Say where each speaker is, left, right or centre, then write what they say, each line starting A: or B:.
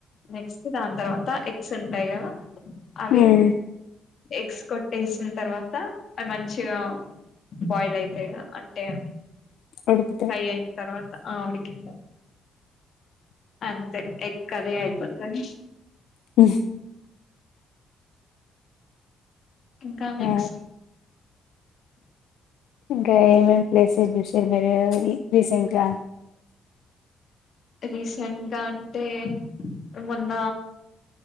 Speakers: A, on the left (about 55°); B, on the left (about 80°).
A: నెక్స్ట్ దాని తర్వాత ఎగ్స్ ఉంటయ్ కదా అవి
B: ఉమ్,
A: ఎగ్స్ కొట్టేసిన తర్వాత అది మంచిగా బాయిల్ అయితే అంటే అవి
B: ఉడుకుతాయి
A: ప్రై అయిన తర్వాత ఆ ఉడికి అంతే ఎగ్ కర్రీ అయిపోతది
B: మ్మ్
A: ఇంకా నెక్స్ట్
B: ఆ, ఇంకా ఏమేమి ప్లేసెస్ చూసిర్రు మీరు ఎ రీసెంట్ గా
A: రీసెంట్గా అంటే మొన్న